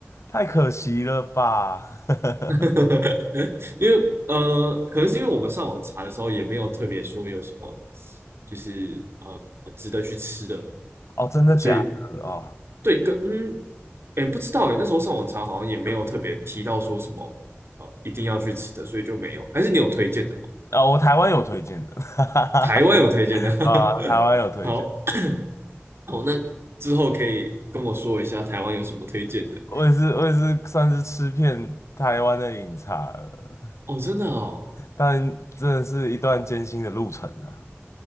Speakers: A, on the left; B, on the right.
A: 太可惜了吧？<laughs>
B: <laughs> 因为呃，可能是因为我们上网查的时候也没有特别说有什么，就是呃值得去吃的，
A: 哦，真的假的？
B: 所以
A: 哦，
B: 对，跟嗯，哎，不知道哎，那时候上网查好像也没有特别提到说什么呃一定要去吃的，所以就没有。还是你有推荐的吗？
A: 啊、我台湾有推荐的，<laughs>
B: 台湾有推荐的？<laughs>
A: 啊，台湾有推荐。
B: 好，好，那之后可以跟我说一下台湾有什么推荐的
A: 我也是，我也是算是吃遍台湾的饮茶了，
B: 哦，真的哦，
A: 但真的是一段艰辛的路程啊。